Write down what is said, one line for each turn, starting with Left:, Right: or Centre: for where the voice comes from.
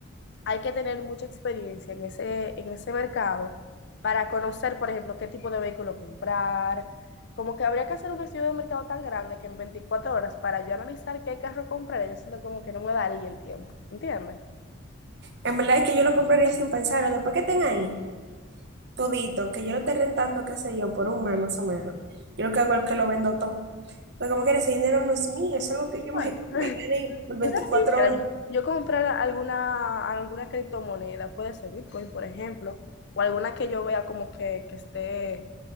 Left: hay que tener mucha experiencia en ese, en ese mercado para conocer, por ejemplo, qué tipo de vehículo comprar. Como que habría que hacer un estudio de mercado tan grande que en 24 horas para yo analizar qué carro comprar, yo siento como que no me daría el tiempo, ¿entiendes?
Right: En verdad es que yo lo compraría sin pensarlo. Después que estén ahí, todito, que yo lo esté rentando, qué sé yo, por un mes más o menos. Yo lo que hago es que lo vendo todo. pero como que ese dinero no es mío, es algo que yo
Left: Bueno,
Right: me, me gané por veinticuatro
Left: Tú sabes, que quisiera
Right: horas.
Left: yo, yo comprar alguna, alguna criptomoneda, puede ser Bitcoin, por ejemplo, o alguna que yo vea como que, que esté